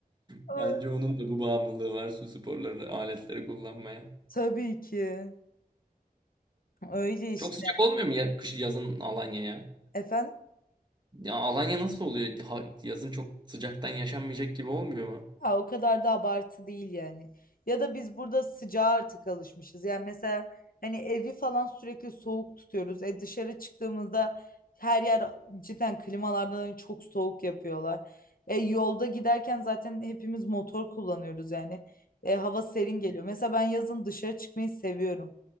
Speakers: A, on the right; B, on the left.
A: Bence
B: Ay,
A: onun da bu bağımlılığı var su sporlarını, aletleri kullanmaya.
B: Tabii ki. Öyle işte.
A: Çok sıcak olmuyor mu ya kış yazın Alanya ya?
B: Efendim?
A: Ya Alanya nasıl oluyor? Ha- yazın çok sıcaktan yaşanmayacak gibi olmuyor mu?
B: Ha, o kadar da abartı değil yani. Ya da biz burada sıcağa artık alışmışız. Yani mesela hani evi falan sürekli soğuk tutuyoruz. E dışarı çıktığımızda her yer cidden klimalardan hani çok soğuk yapıyorlar. E yolda giderken zaten hepimiz motor kullanıyoruz yani. E, hava serin geliyor. Mesela ben yazın dışarı çıkmayı seviyorum.